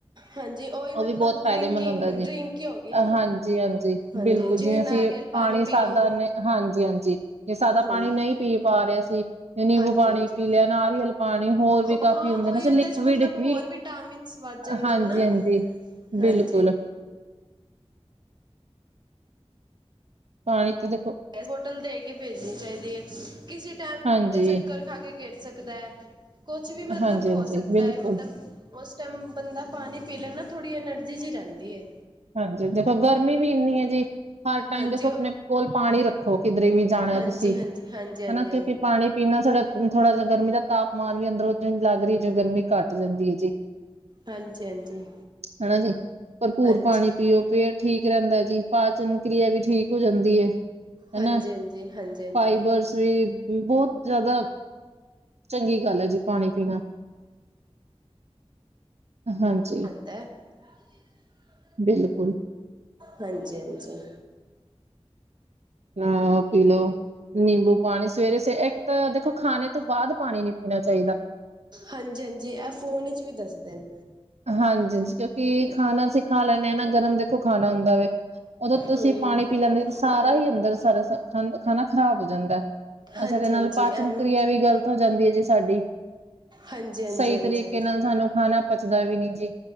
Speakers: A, on the right; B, on the right.
A: ਹਾਂਜੀ ਉਹੀ
B: ਉ ਵੀ
A: ਮਤਲਬ
B: ਬੋਤ ਫੈਦੇਮੰਦ
A: ਡਰਿੰਕਿੰਗ
B: ਹੁੰਦਾ ਜੇ।
A: ਡਰਿੰਕ ਹੀ ਹੋ ਗਈ ਨਾ
B: ਹਾਂਜੀ- ਹਾਂਜੀ
A: ਹਾਂਜੀ
B: ਬਿਲਕੁਲ
A: ਜਿਵੇਂ
B: ਜੀਂਵੇ
A: ਨਾਰੀਅਲ
B: ਅਸੀ ਪਾਨੀ
A: ਪਾਣੀ
B: ਸਾਦਾ,
A: ਪੀ ਲਓ
B: ਹਾਂਜੀ-ਹਾਂਜੀ ਜੇ ਸਾਦਾ
A: ਹਾਂਜੀ
B: ਪਾਨੀ ਨਈ ਪੀ ਪਾ ਰੇ ਅ ਸੀ ਨਿੰਬੂ
A: ਹਾਂਜੀ
B: ਪਾਨੀ
A: ਹਾਂਜੀ
B: ਪੀ ਲਿਆ, ਨਾਰੀਅਲ ਪਾਨੀ, ਹੋਰ ਵੀ
A: ਹਾਂ
B: ਕਾਫ਼ੀ ਹੁੰਦੇ
A: ਉਹੀ
B: ਨਾ
A: ਉਹਦੇ
B: ਲਿਕਵਿਡ
A: ਚ ਮਤਲਬ
B: ਹੀ
A: ਹੋਰ ਵਿਟਾਮਿਨਸ ਵੱਧ ਜਾਂਦੇ
B: ਹਾਂਜੀ-ਹਾਂਜੀ
A: ਨਾ। ਹਾਂਜੀ
B: ਬਿਲਕੁਲ। ਪਾਨੀ ਤਾ ਦੇਖੋ
A: ਬੋਤਲ ਦੇ ਕੇ ਭੇਜਨੀ ਚਾਈਦੀ ਏ। ਕਿਸੇ ਟੈਮ
B: ਹਾਂਜੀ
A: ਚੱਕਰ ਖਾ ਕੇ ਗਿਰ ਸਕਦੈ। ਕੁਛ ਵੀ ਮਤਲਬ
B: ਹਾਂਜੀ-ਹਾਂਜੀ
A: ਹੋ ਸਕਦਾ
B: ਬਿਲਕੁਲ
A: ਐ ਮਤਲਬ ਉਸ ਟੈਮ ਬੰਦਾ ਪਾਨੀ ਪੀ ਲੈ ਨਾ, ਥੋੜੀ ਐਨਰਜੀ ਜੀ ਰੈਂਦੀ ਏ।
B: ਹਾਂਜੀ ਦੇਖੋ ਗਰਮੀ ਵੀ ਏਨੀ ਏ ਜੀ, ਹਰ ਟਾਈਮ
A: ਹਾਂਜੀ
B: ਦੇਖੋ ਆਪਨੇ ਕੋਲ ਪਾਣੀ ਰੱਖੋ ਕਿਧਰੇ ਵੀ ਜਾਣਾ
A: ਹਾਂਜੀ
B: ਤੁਸੀ,
A: ਹਾਂਜੀ ਹਾਂਜੀ ਹਾਂਜੀ
B: ਹਨਾ ਕਿਉਂਕਿ ਪਾਨੀ ਪੀਨ ਨਾਲ ਸਾਡਾ ਥੋੜਾ ਜੇ ਗਰਮੀ ਦਾ ਤਾਪਮਾਨ ਵੀ ਅੰਦਰੋਂ ਲੱਗਰੀ ਐ ਜੇ ਗਰਮੀ ਘੱਟ ਜਾਂਦੀ ਏ ਜੀ।
A: ਹਾਂਜੀ ਹਾਂਜੀ
B: ਹਨਾ ਜੀ ਭਰਪੂਰ
A: ਹਾਂਜੀ ਹਾਂਜੀ
B: ਵੀ ਓ ਪੇਟ ਠੀਕ ਰੇਂਦਾ ਐ ਜੀ, ਪਾਚਨ ਕ੍ਰਿਆ ਵੀ ਠੀਕ ਹੋ ਜਾਂਦੀ ਐ। ਹਨਾ,
A: ਹਾਂਜੀ ਹਾਂਜੀ ਹਾਂਜੀ ਹਾਂਜੀ
B: ਫਾਈਬਰਸ
A: ਹਾਂਜੀ
B: ਵੀ ਬੋਤ ਜਾਦਾ, ਚੰਗੀ ਗੱਲ ਐ ਜੀ ਪਾਨੀ ਪੀਨਾ। ਹਾਂਜੀ।
A: <unintelligible>
B: ਬਿਲਕੁਲ।
A: ਹਾਂਜੀ-ਹਾਂਜੀ।
B: ਹਾਂ ਓ ਪੀਲੋ। ਨਿੰਬੂ ਪਾਨੀ ਸਵੇਰੇ ਸ ਏਕ ਤਾਂ ਦੇਖੋ ਖਾਨੇ ਤੋਂ ਬਾਦ ਪਾਨੀ ਨੀ ਪੀਨਾ ਚਾਈਦਾ।
A: ਹਾਂਜੀ-ਹਾਂਜੀ ਐ ਫੋਨ ਵਿੱਚ ਵੀ ਦੱਸਦੇ ਨੇ
B: ਹਾਂਜੀ-ਹਾਂਜੀ। ਕਿਉਂਕਿ ਖਾਨਾ ਅਸੀਂ ਖਾ ਲੈਂਨੇ ਹਾਂ ਨਾ, ਗਰਮ ਦੇਖੋ ਖਾਨਾ ਹੁੰਦਾ ਵੇ ਉਦੋਂ ਤੁਸੀਂ
A: ਹਮ
B: ਪਾਣੀ
A: ਹਮ
B: ਪੀ ਲੈਂਦੇ ਸਾਰਾ
A: ਪਾਣੀ
B: ਹੀ
A: ਪੀ
B: ਅੰਦਰ
A: ਲਈ
B: ਸਾਰਾ ਖ ਖਾਨਾ ਖ਼ਰਾਬ ਹੋ ਜਾਂਦੈ
A: ਹਾਂਜੀ
B: ਅੱਛਾ ਤੇ ਨਾਲ
A: ਹਾਂਜੀ
B: ਪਾਚਨ
A: ਐਵੇਂ
B: ਕਿਰਿਆ ਵੀ ਗ਼ਲਤ ਹੋ ਜਾਂਦੀ ਏ ਜੀ ਸਾਡੀ
A: ਹਾਂਜੀ ਹਾਂਜੀ
B: ਸਈ
A: ਹਾਂਜੀ
B: ਤਰੀਕੇ ਨਾਲ ਸਾਨੂੰ ਖਾਨਾ ਪਚਦਾ ਵੀ ਨੀ ਜੀ।